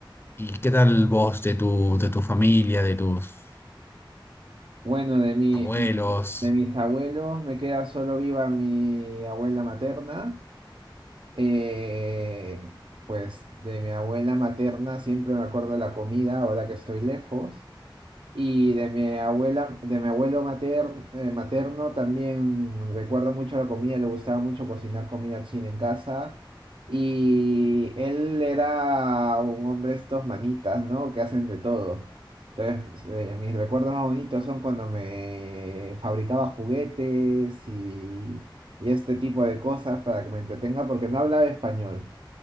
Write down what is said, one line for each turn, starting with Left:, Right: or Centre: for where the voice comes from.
Left: ¿Y qué tal vos de tu, de tu familia, de tus
Right: Bueno, de mi,
Left: abuelos?
Right: de, de mis abuelos me queda solo viva mi abuela materna. Eh, pues de mi abuela materna siempre me acuerdo de la comida ahora que estoy lejos. Y de mi abuela, de mi abuelo materno, materno también recuerdo mucho la comida, le gustaba mucho cocinar comida china en casa. Y él era un hombre de estos manitas, ¿no? Que hacen de todo. Entonces, eh, mis recuerdos más bonitos son cuando me fabricaba juguetes y, y este tipo de cosas para que me entretenga porque no hablaba español